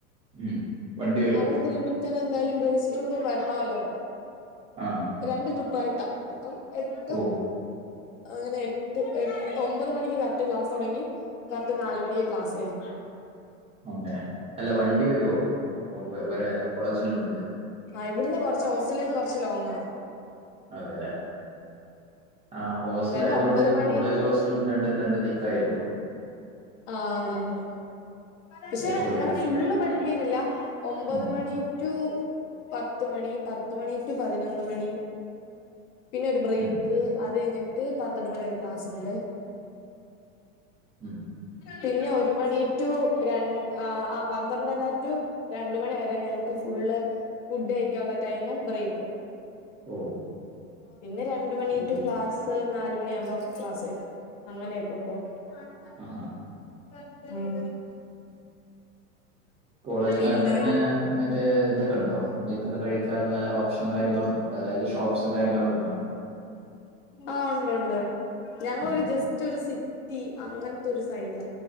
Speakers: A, on the right; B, on the left.
A: ഉം വണ്ടി വരും
B: അവിടെ തിളമ്പഴത്തേെ എന്തായാലും ബൂസ് ട്രിപ്പും വരണല്ലോ
A: ആ
B: രണ്ട് ട്രിപ്പായിട്ടാ അപ്പം എട്ട്
A: ഓ
B: അങ്ങനെ എട്ട് എ ഒമ്പത് മണിക്ക് കാത്ത് ക്ലാസ് തുടങ്ങി കറക്റ്റ് നാല മണിക്ക് ക്ലാസ് ആും
A: അങ്ങനെ അല്ല വണ്ടി വരുമവോറെ കോളേജ വണ്ടി വരു
B: ആ് ഇവിടുന്ന് കുറച്ച് ഓസ്ട്രേലിയൽന്ന് കുറച്ച് ലോങ്ങ
A: അതെല്ലെ ആ ഹോസ്റ്റല
B: എന്നാലും
A: ആയതൊണ്ട്
B: ഒമ്പത് മണി
A: കോളേജ് ഹോസ്റ്റലും രണ്ടും തന്റെ തിക്കായിരിക്കും
B: ആ അതാണ് പക്ഷെ
A: അത് ശരിയാ
B: അങ്ങനെ ഫുള്ള് പഠിപ്പിരില്ല ഒമ്പത്
A: ഉം
B: മണി ടു പത്ത് മണി പത്ത് മണി ടു പതിനൊന്ന് മണി പിന്നെ ഒരു ബ്രേക്ക്
A: ഉം
B: അത് കഴിഞ്ഞ ട്ട് പന്ത്രണ്ട് മണിരെ ക്ലാസ് ഉണ്ട്
A: ഉം
B: പിന്നെ ഒരു മണി റ്റൂ ര ആ പന്ത്രണ്ടര റ്റൂ രണ്ട മണി വരെ ഞങ്ങക്ക് ഫുള്ള് ഫുഡ് കഴിക്കാനുള്ള ടൈമും ബ്രേക്കും
A: ഓ
B: പിന്നെ രണ്ട് രണ്ട് മണി
A: ശരി
B: റ്റു ക്ലാസും ക് നാലുമണിയകുമ്പോ ക്ലാസ് അങ്ങനെപ്പ ഇ്പ <unintelligible>
A: ആഹാ കോളേജിനകത്തന്നെ
B: പിന്നെ
A: മറ്റേ ഇതൊക്കെ ഉണ്ടോ ന്നർ കഴ ഓപ്ഷനും കാര്യങ്ങളും അതായത് ഷോപ്സും കാര്യങ്ങളൊക്കെ ഉണ്ടോ
B: ആഹ് ഉണ്ട് ഉണ്ട് ഞങ്ങളൊരു
A: ഉം
B: ജസ്റ്റ് ഒരു സിറ്റി അങ്ങനത്തെ ഒരു സൈഡില്ല